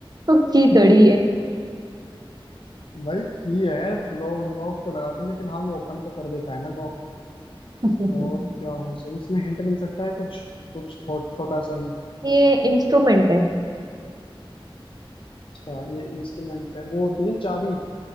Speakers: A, on the right; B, on the left.
A: की
B: <laughs>
A: थोड़ी है
B: भाई की है लोग लॉक तो लगाते हैं, लेकिन हाँ वो ओपन तो कर देता है ना लॉक
A: <laughs>
B: और क्या हो सकता इसमें हिंट मिल सकता है कुछ कुछ थो, छोटा सा हिंट
A: ये इंस्ट्रूमेंट है
B: अच्छा ये इंस्ट्रूमेंट है वो होती है ना चाबी